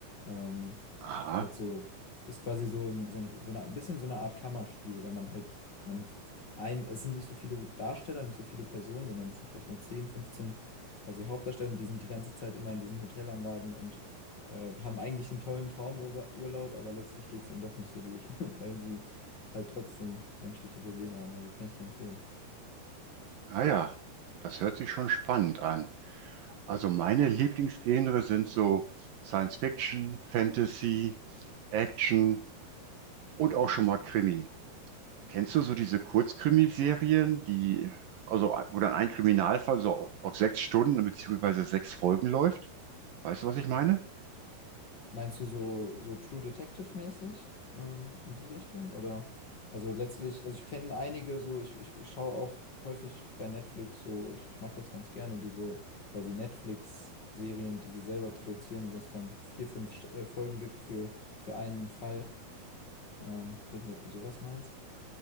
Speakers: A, on the left; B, on the right.
A: Ähm,
B: Aha.
A: hat so, ist quasi so, ein, so, ein, so eine, ein bisschen so eine Art Kammerspiel, weil man halt, man f- ein, es sind nicht so viele Darsteller, nicht so viele Personen, sondern es sind vielleicht nur 10, 15 quasi Hauptdarsteller und die sind die ganze Zeit immer in diesen Hotelanlagen und äh, haben eigentlich einen tollen Traumurlaub, aber letztlich geht es ihnen doch nicht so gut, <laughs> weil sie halt trotzdem menschliche Probleme haben. Also kann ich dir empfehlen.
B: Ah ja, das hört sich schon spannend an. Also meine Lieblingsgenre sind so Science Fiction, Fantasy, Action und auch schon mal Krimi. Kennst du so diese Kurzkrimiserien, die also wo dann ein Kriminalfall so auf sechs Stunden beziehungsweise sechs Folgen läuft? Weißt du, was ich meine?
A: Meinst du so, so True Detective-mäßig ähm, in die Richtung? Oder? Also letztlich, also ich kenne einige so, ich, ich schaue auch häufig bei Netflix so, ich, ich mag das ganz gerne, diese quasi Netflix-Serien, die sie selber produzieren, wo es dann vier, fünf St- äh, Folgen gibt für, für einen Fall. Ähm, ich weiß nicht, ob du sowas meinst.